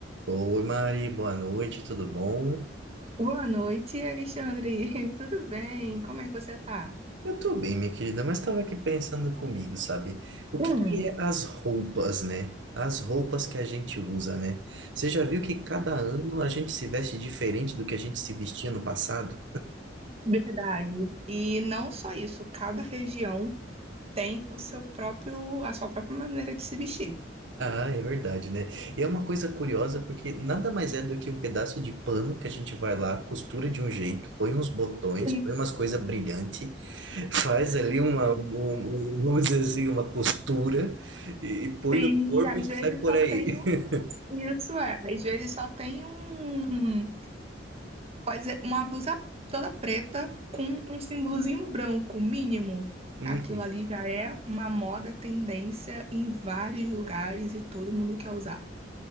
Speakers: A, on the right (about 70°); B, on the right (about 30°).
A: Oi, Mari, boa noite, tudo bom?
B: Boa noite, Alexandre. <laughs> Tudo bem? Como é que você tá?
A: Eu tô bem, minha querida, mas estava aqui pensando comigo, sabe? O que
B: Hum,
A: que é as roupas, né? As roupas que a gente usa, né? Você já viu que cada ano a gente se veste diferente do que a gente se vestia no passado?
B: Verdade. E não só isso, cada região tem o seu próprio, a sua própria maneira de se vestir.
A: Ah, é verdade, né? E é uma coisa curiosa porque nada mais é do que um pedaço de pano que a gente vai lá, costura de um jeito, põe uns botões,
B: Isso.
A: põe umas coisas brilhantes Faz ali uma, um- um- vamos dizer assim, uma costura e, e põe
B: E
A: no corpo
B: às
A: e sai
B: vezes
A: por
B: só
A: aí.
B: tem um,
A: <laughs>
B: isso é, às vezes só tem um, pode ser uma blusa toda preta com um símbolozinho branco mínimo.
A: Uhum.
B: Aquilo ali já é uma moda, tendência em vários lugares e todo mundo quer usar.